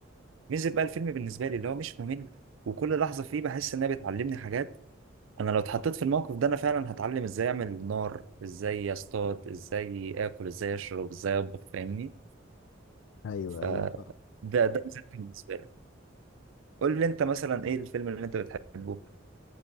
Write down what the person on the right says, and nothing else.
ميزة بقى الفيلم بالنسبة لي اللي هو مش ممل وكل لحظة فيه بحس انها بتعلمني حاجات انا لو اتحطيت في الموقف ده انا فعلا هتعلم ازاي اعمل نار ازاي اصطاد ازاي اكل ازاي اشرب ازاي اطبخ فاهمني
ف
ده ده مثلاً بالنسبة لي قول لي انت مثلا ايه الفيلم اللي انت بتحبه